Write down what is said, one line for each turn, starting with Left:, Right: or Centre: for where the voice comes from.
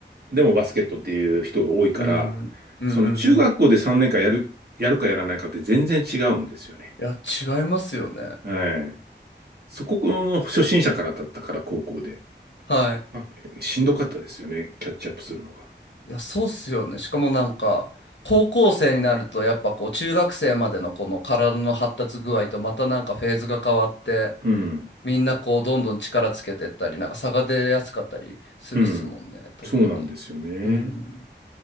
Right: でもバスケットっていう人が多いから、
Left: うん、うんうんう
Right: その中学校で3年間やる、
Left: ん。
Right: やるかやらないかって全然違うんですよね。
Left: いや、違いますよね。
Right: はい。そこの初心者からだったから高校で。
Left: はい。
Right: まあ、しんどかったですよね。キャッチアップするのが。
Left: いや、そうっすよね。しかもなんか、高校生になると、やっぱこう、中学生までのこの体の発達具合と、またなんかフェーズが変わって、
Right: うん。
Left: みんなこう、どんどん力つけてったり、なんか差が出やすかったりするっすもんね、
Right: うん。
Left: 特に。
Right: そうなんですよね。
Left: うん。